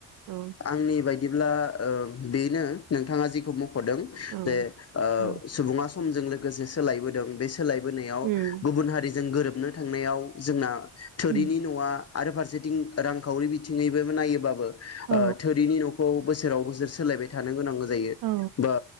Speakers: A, on the right; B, on the left.
A: औ
B: आंनि बायदिब्ला ओ बेनो नोंथाङा जिखौ मख दों
A: औ
B: जे ओ
A: औ
B: सुबुङा समजों लोगोसे सोलायबोदों बे सोलायबोनायाव
A: उम
B: गुबुन हारिजों गोरोब नो थांनायाव जोंना थोरिनि
A: उम
B: नआ आरो फारसेथिं रां खावरि बिथिङैबो नायोबाबो ओ
A: औ
B: थोरिनि नखौ बोसोराव बोसोर सोलायबाय थानो गोनां जायो
A: औ
B: बा